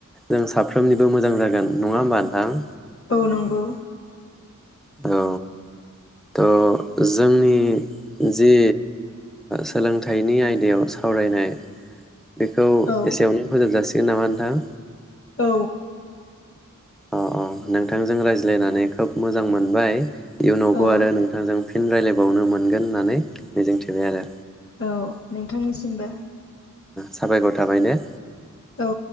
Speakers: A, in the centre; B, on the left.
A: जों साफ्रोमनिबो मोजां जागोन नङा होमबा नोंथां।
B: औ नंगौ।
A: औ थ जोंनि ओ जि‌ सोलोंथाइनि आयदायाव सावरायनाय बेखौ
B: औ
A: एसेयावनो फोजोबजासिग जेनाबा नोंथां।
B: औ।
A: अ अ नोंथांजों रायज्लायनानै खोब मोजां मोनबाय। इयुनावबो
B: औ
A: आरो नोंथांजों। फिन रायज्लायबावनो मोनगोन होननानै मिजिंथिबाय आरो।
B: औ नोंथांनिसिमबो।
A: साबायखर थाबाय दे।
B: औ।